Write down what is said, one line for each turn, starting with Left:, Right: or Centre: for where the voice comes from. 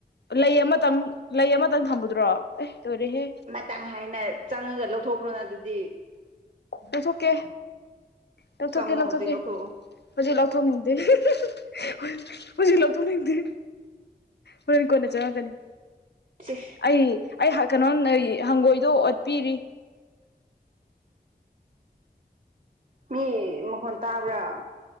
Left: ꯂꯩ ꯑꯃꯇꯪ ꯂꯩ ꯑꯃꯇꯪ ꯊꯝꯝꯕꯗ꯭ꯔꯣ ꯑꯦ ꯀꯣꯏꯔꯦꯍꯦ
Right: ꯈꯤꯇꯥꯡ ꯍꯥꯏꯅ ꯆꯪꯉꯒ ꯂꯧꯊꯣꯛꯈ꯭ꯔꯣꯅ ꯑꯗꯨꯗꯤ
Left: ꯂꯧꯊꯣꯛꯀꯦ ꯂꯧꯊꯣꯛꯀꯦ
Right: ꯆꯪꯉꯣ
Left: ꯂꯧꯊꯣꯛꯀꯦ
Right: ꯍꯧꯖꯤꯛ ꯂꯧꯊꯣꯛꯑꯣ
Left: ꯍꯧꯖꯤ ꯂ ꯊꯣꯡꯅꯤ ꯍ ꯍꯧꯖꯤ ꯂ ꯊꯅꯤ ꯍ ꯍꯅꯅꯤ ꯀꯣꯟꯅ ꯆꯥꯉꯒꯅꯤ
Right: ꯁꯤ
Left: ꯑꯩ ꯑꯩ ꯀꯩꯅꯣ ꯍꯪꯒꯣꯏꯗꯣ ꯑꯣꯠꯄꯤꯔꯤ
Right: ꯃꯤ ꯃꯈꯣꯟ ꯇꯥꯕ꯭ꯔꯥ